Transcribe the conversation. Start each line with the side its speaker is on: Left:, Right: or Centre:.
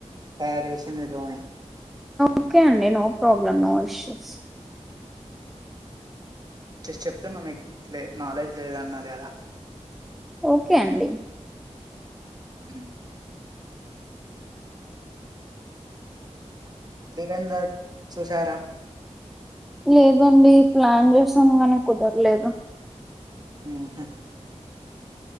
Right: తయారు చేసింది ధోని.
Centre: ఓకే అండి no problem no issues
Right: just చెప్తున్నా మీక్ లే నాలెడ్జ్ లేదన్నారు కదా
Centre: ఓకే అండి
Right: హ్మ్ దురేందర్ చుసారా
Centre: లేదండి ప్లాన్ చేసాం కానీ కుదరలేదు
Right: హ్మ్ హు